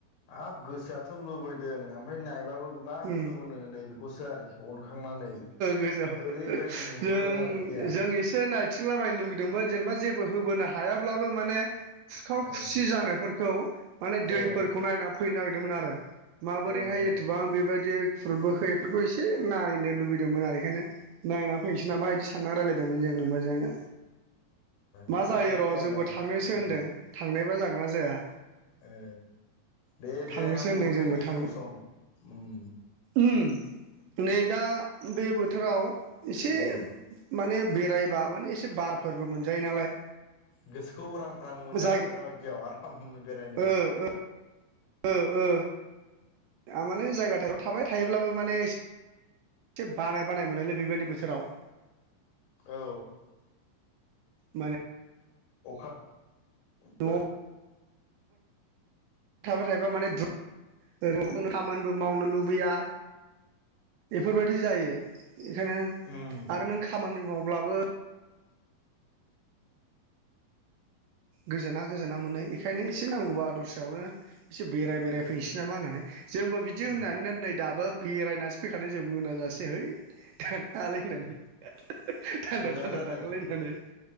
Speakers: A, on the left; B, on the right.
A: आब गोसोआथ' लुबैदों ओमफ्राय नायबाबो मा
B: उम
A: होबोनो नै बेखौसो आरोखि अनखांनानै
B: गोसो
A: ओरैबायदि नुहुरो
B: जों
A: आरोखि ।
B: जों एसे नायथिंलाबायनो लुुबैदोंमोन जेनेबा जेबो होबोनो हायाब्लाबो माने खुरखाव
A: ओ
B: खुरसि जानायफोरखौ माने दैफोरखौ
A: ओ
B: नायना फैनो नागिरदोमोन आरो माबोरैहाय
A: ओ
B: एथबां बे बादि खुरबोखो एफोरखो एसे नायनो लैबैदोंमोन आरो एखायनो नायनानै फैसै नामा बिदि सान रायलाय मा
A: थांनो
B: जायो
A: हागोन
B: र'
A: दे आदा
B: जोंबो थांनोसो
A: ओ
B: होनदों थांनाय जागोन ना जाया।
A: ओ दे
B: थांनोसो
A: बेरायनांगौ
B: होनदों
A: बेबायदि
B: जोंबो थांनो
A: सम सम उम।
B: उम नै दा बे बोथोराव एसे
A: उम
B: माने बेरायबा माने एसे बारफोरबो मोनजायो नालाय।
A: गोसोखौ उरां फारां मोनो
B: जाय
A: आरो दाबायदियाव आराम बेरायनो।
B: ओ ओ ओ। आमाने जायगा थाय थाबाय थायोब्लाबो माने एसे एसे बानाय बानाय मोनोलै बेबायदि बोथोराव।
A: औ।
B: माने
A: अखा बो
B: न'आवबो थाबाय थायाबा माने दु खामानिबो मावनो लुबैया एफोरबायदि जायो एखायनो
A: उम
B: आरो नों खामानि मावब्लाबो गोजोना गोजोना मोनो एखायनो एसे नांगौबा दस्रायावनो एसे बेराय बेराय फैसै नामा होननानै जोंबो बिदि
A: उम
B: होननानै नै दाबो बेरायनासो फैखानाय जों मोनाजासे है । थोद थाङालै होननानै थान्दा
A: मोजां
B: थान्दा
A: जादों
B: थांगोनलै होननानै ।